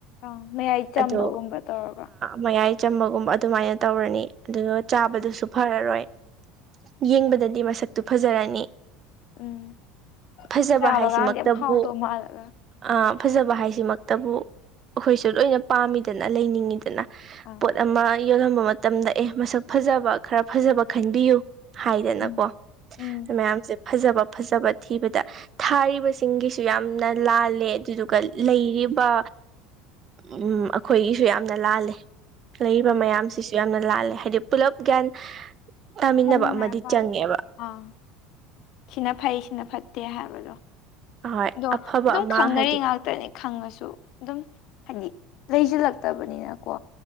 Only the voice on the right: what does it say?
ꯑꯗꯣ
ꯃꯌꯥꯏ ꯆꯝꯕꯒꯨꯝꯕ ꯑꯗꯨꯃꯥꯏꯅ ꯇꯧꯔꯅꯤ ꯑꯗꯨꯒ ꯆꯥꯕꯗꯨꯁꯨ ꯐꯔꯔꯣꯏ ꯌꯦꯡꯕꯗꯗꯤ ꯃꯁꯛꯇꯤ ꯐꯖꯔꯅꯤ
ꯐꯖꯕ
ꯍꯥꯏꯁꯤꯃꯛꯇꯕꯨ
ꯑꯥ ꯐꯖꯕ ꯍꯥꯏꯁꯤꯃꯛꯇꯕꯨ ꯑꯩꯈꯣꯏꯁꯨ ꯂꯣꯏꯅ ꯄꯥꯝꯃꯤꯗꯅ ꯂꯩꯅꯤꯡꯉꯤꯗꯅ
ꯄꯣꯠ ꯑꯃ ꯌꯣꯜꯂꯝꯕ ꯃꯇꯝꯗ ꯑꯦ ꯃꯁꯛ ꯐꯖꯕ ꯈꯔ ꯐꯖꯕ ꯈꯟꯕꯤꯌꯨ ꯍꯥꯏꯗꯅꯀꯣ
ꯃꯌꯥꯝꯁꯦ ꯐꯖꯕ ꯐꯖꯕ ꯊꯤꯕꯗ ꯊꯥꯔꯤꯕ ꯁꯤꯡꯒꯤꯁꯨ ꯌꯥꯝꯅ ꯂꯥꯜꯂꯦ ꯑꯗꯨꯗꯨꯒ ꯂꯩꯔꯤꯕ ꯎꯝ ꯑꯩꯈꯣꯏꯒꯤꯁꯨ ꯌꯥꯝꯅ ꯂꯥꯜꯂꯦ ꯂꯩꯔꯤꯕ
ꯃꯌꯥꯝꯁꯤꯁꯨ ꯌꯥꯝꯅ ꯂꯥꯜꯂꯦ ꯍꯥꯏꯗꯤ ꯄꯨꯂꯞ ꯒ꯭ꯌꯥꯟ ꯇꯥꯃꯤꯟꯅꯕ
ꯑꯃꯗꯤ ꯆꯪꯉꯦꯕ
ꯍꯣꯏ
ꯑꯐꯕ
ꯑꯃ
ꯍꯥꯏꯗꯤ